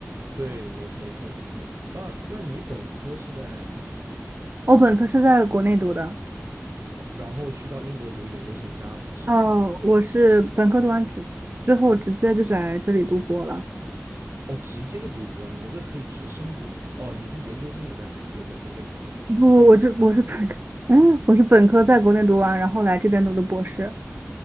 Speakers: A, on the right (about 60°); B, on the right (about 40°).
A: 对，没没错没错。那那你本科是在哪读的？
B: 我本科是在国内读的，
A: 然然后去到英国读研究生加博士吗？
B: 哦，我是本科读完之之后直接就是来这里读博了。
A: 哦，直接就读博，你们这个可以直升博的。哦，你是研究生也在也在也在国内读的。
B: 不，我这我是本科，<laughs> 嗯，我是本科在国内读完，然后来这边读的博士。